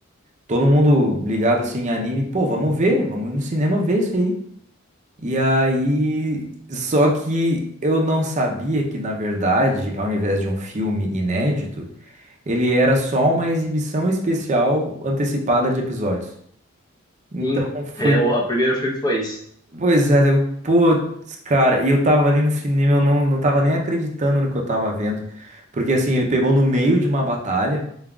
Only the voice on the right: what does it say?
todo mundo ligado assim em anime, pô, vamos ver, vamos ir no cinema ver isso aí. E aí, só que eu não sabia que na verdade, ao invés de um filme inédito, ele era só uma exibição especial antecipada de episódios. Então
foi
Pois é, eu, putz, cara, e eu tava ali no cinema, eu não, não tava nem acreditando no que eu tava vendo. Porque assim, ele pegou no meio de uma batalha,